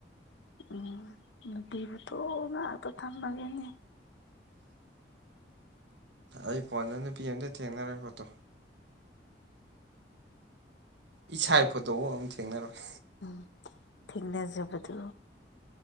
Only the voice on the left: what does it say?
ꯎꯝ ꯅꯨꯄꯤꯕꯨꯇꯣ ꯉꯥꯛꯇ ꯊꯝꯃꯒꯦꯅꯦ
ꯎꯝ ꯊꯦꯡꯅꯖꯕꯗꯨ